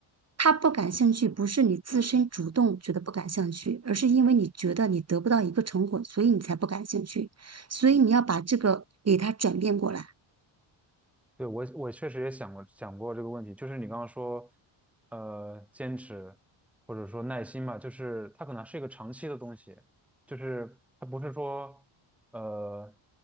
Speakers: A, on the right; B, in the centre.
A: 他不感兴趣，不是你自身主动觉得不感兴趣，而是因为你觉得你得不到一个成果，所以你才不感兴趣。所以你要把这个给他转变过来。
B: 对，我我确实也想过想过这个问题，就是你刚刚说，呃，坚持或者说耐心嘛，就是它可能是一个长期的东西，就是它不是说呃